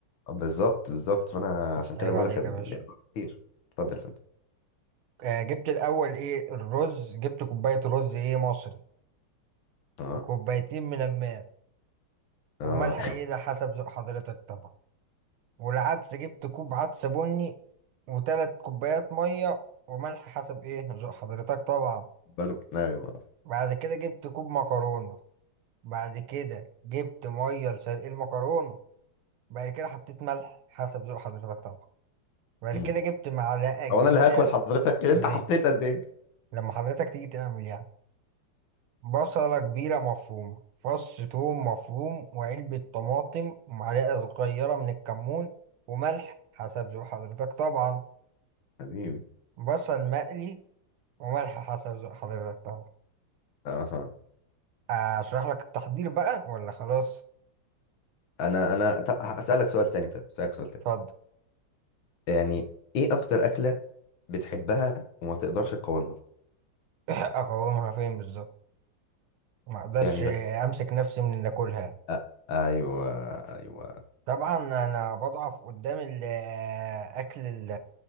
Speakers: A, on the left (about 70°); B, on the right (about 75°).
A: بالظبط بالظبط فانا عشان
B: عيب
A: كده بقول
B: عليك
A: لك كان
B: يا باشا
A: لعبة كتير اتفضل يا فندم
B: آه جبت الاول ايه الرز جبت كوبايه رز ايه مصري
A: اه
B: وكوبايتين من الماء
A: اه
B: وملح ايه ده حسب ذوق حضرتك طبعا والعدس جبت كوب عدس بني وتلات كوبايات مية وملح حسب ايه ذوق حضرتك طبعا
A: <laughs> بالك ايوه
B: بعد كده جبت كوب مكرونة بعد كده جبت مية لسلق المكرونة بعد كده حطيت ملح حسب ذوق حضرتك طبعا بعد
A: مم.
B: كده جبت معلقة كبيرة
A: هو انا اللي هاكل حضرتك انت
B: زيت
A: حطيت قد ايه
B: لما حضرتك تيجي تعمل يعني بصلة كبيرة مفرومة فص ثوم مفروم وعلبة طماطم ومعلقة صغيرة من الكمون وملح حسب ذوق حضرتك طبعا
A: حبيبي
B: بصل مقلي وملح حسب ذوق حضرتك طبعا
A: اها
B: اشرح لك التحضير بقى ولا خلاص
A: انا انا طب اسالك سؤال تاني طب اسالك سؤال تاني
B: اتفضل
A: يعني ايه اكتر اكله بتحبها وما تقدرش تقاومها
B: <coughs> <clears throat> اقومها فين بالظبط ما اقدرش
A: يعني لا
B: امسك نفسي من اللي اكلها
A: أ... ايوه ايوه
B: طبعا انا بضعف قدام الاكل <hesitation> ال-